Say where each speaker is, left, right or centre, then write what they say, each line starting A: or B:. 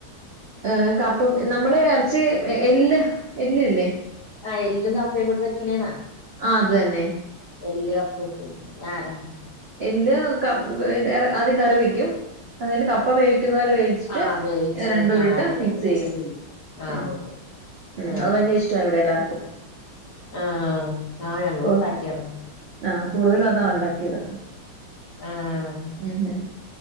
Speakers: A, on the right; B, on the left.
A: ഏഹ് കപ്പ നമ്മള് എ എർച്ചി എല്ല് എല്ല്ല്ലേ
B: ആഹ് എല്ലും കപ്പയും കൂടെ വെക്ക്ണേണാ
A: ആഹ് അത് തന്നെ
B: എല്ല് കപ്പ ഇട്ട് വെക്ക്ന്നെ ആഹ് ആഹ്
A: എല്ല് ക ആദ്യം കറി വെക്കും അത് കയ്ട്ട് കപ്പ വേവിക്ക്ന്ന പോലെ വേവിച് ച്ച്ട്ട്
B: ആഹ് വേവിച്ച്
A: രണ്ടൂടിട്ട്
B: ആഹ് അതിലേക്ക്
A: മിക്സെയ്യും
B: മിക്സ് ചെയ്യും ആഹ്
A: ഉം
B: ഉവ്വ്
A: ഉം
B: ആഹ്
A: അത് ഭയങ്കര ഇഷ്ടാ ഇവിടെ എല്ലാർക്കും
B: ആഹ് ആഹ് ഞങ്ങളും
A: കൂടു
B: ണ്ടാക്ക്യാർന്ന്
A: ആഹ് കൂട്തലും അതാണോ ണ്ടാക്ക്യെത്
B: ആഹ്
A: ഉം ഹും